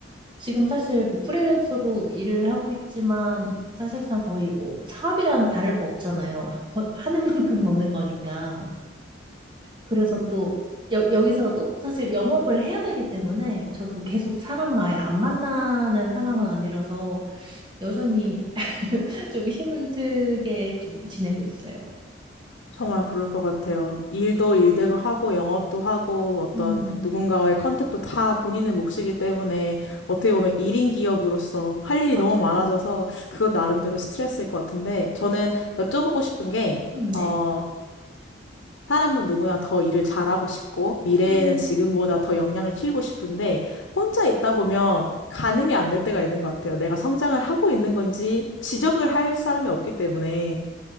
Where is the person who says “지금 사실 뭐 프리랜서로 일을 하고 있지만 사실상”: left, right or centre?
Right